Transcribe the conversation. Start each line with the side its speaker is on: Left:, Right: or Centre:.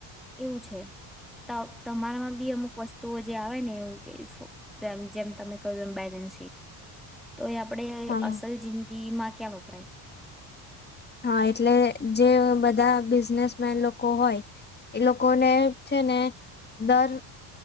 Centre: એવું છે તમારામાં બી અમુક વસ્તુઓ જે આવે ને એવું કે જેમ તમે કહ્યું એમ બેલેન્સ શીટ તો એ આપણેે
Left: હા
Centre: અસલ જિંદગી હમાં ક અભિપ્રાય
Left: હા એટલે જે બધા બિઝનેસમેન લોકો હોય એ લોકોને છે ને દર